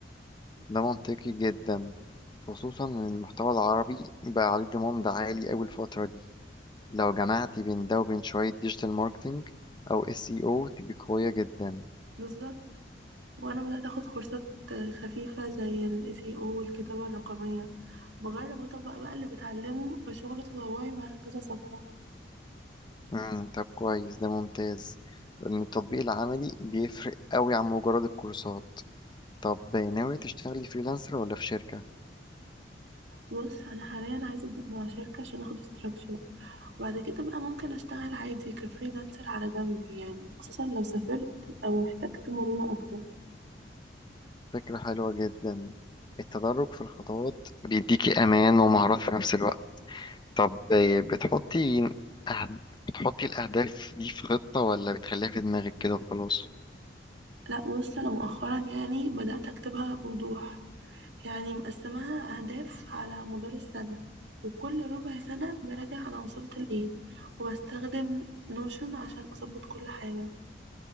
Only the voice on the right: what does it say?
بالظبط وانا بدأت اخد كورسات خفيفة زي ال SEO والكتابة الرقمية بجرب اطبق بقى اللي بتعلمه في شغل تطوعي مع كذا صفحة
بص انا حاليا عايزه ابدا مع شركه عشان اخد استراكشر وبعد كده بقى ممكن اشتغل عادي كفريلانسر على جنب يعني خصوصا لو سافرت او احتجت مرونه اكتر
لا بص انا مؤخرا يعني بدات اكتبها بوضوح يعني مقسماها اهداف على مدار السنه وكل ربع سنه براجع على وصلت لايه وبستخدم نوشن عشان اظبط كل حاجه